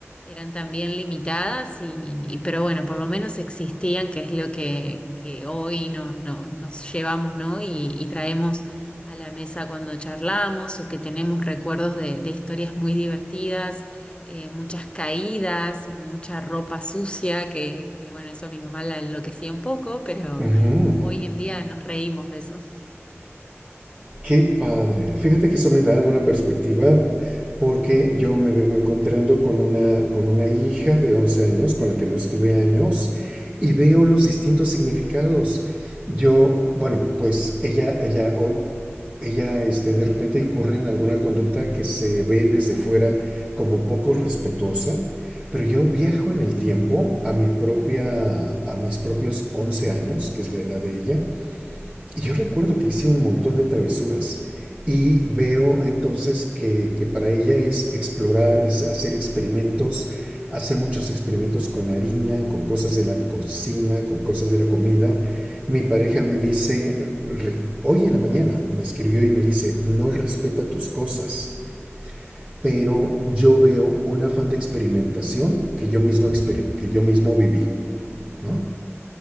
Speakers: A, on the left (about 20°); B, on the right (about 20°).
A: eran también limitadas y, y- pero bueno, por lo menos existían, que es lo que, que hoy no, no, nos llevamos, ¿no? Y, y traemos a la mesa cuando charlamos o que tenemos recuerdos de, de historias muy divertidas. eh, muchas caídas, mucha ropa sucia, que, que bueno, eso a mi mamá la enloquecía un poco, pero
B: Uh -huh.
A: hoy en día nos reímos de eso.
B: Qué padre. Fíjate que eso me da una perspectiva porque yo me vengo encontrando con una, con una hija de 11 años con la que no estuve años y veo los distintos significados. Yo, bueno, pues ella, ella, o- ella este, de repente incurre en alguna conducta que se ve desde fuera como poco respetuosa, pero yo viajo en el tiempo a mi propia, a mis propios 11 años, que es la edad de ella, y yo recuerdo que hice un montón de travesuras y veo entonces que, que para ella es explorar, es hacer experimentos, hace muchos experimentos con harina, con cosas de la cocina, con cosas de la comida. Mi pareja me dice, re- hoy en la mañana me escribió y me dice, no respeta tus cosas, pero yo veo un afán de experimentación que yo mismo, exper- que yo mismo viví, ¿no?